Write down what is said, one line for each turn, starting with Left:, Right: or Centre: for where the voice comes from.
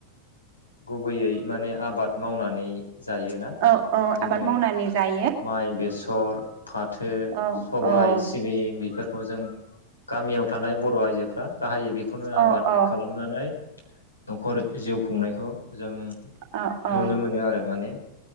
Left: गुबैयै माने आबाद मावनानै जायोना
Right: औ औ
Left: बिदिनो
Right: आबाद मावनानै जायो
Left: माइ बेसर फाथो
Right: औ
Left: सबाय
Right: औ
Left: सिबिं बेफोरखौ खौ जों गामियाव थानाय बर' आइजोफ्रा गाहायै बेखौनो
Right: औ
Left: आबाद
Right: औ
Left: खालामनानै न'खर जिउ खुंनायखौ जों
Right: औ औ
Left: नुनो मोनो आरो माने